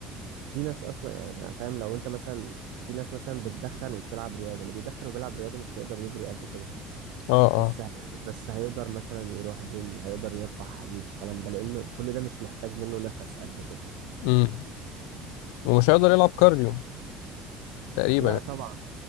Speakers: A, on the right (about 80°); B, on the left (about 80°).
A: في ناس اصلا يعني أنا فاهم لو انت مثلا في ناس مثلا بتدخن وبتلعب رياضة اللي بيدخن وبيلعب رياضة مش هيقدر يجري قد كده
B: اه
A: بس
B: اه
A: ه- بس هيقدر مثلا يروح جيم هيقدر يرفع حديد الكلام ده لأن كل ده مش محتاج منه نفس قد كده
B: امم ومش هيقدر يلعب كارديو تقريبا
A: لا طبعا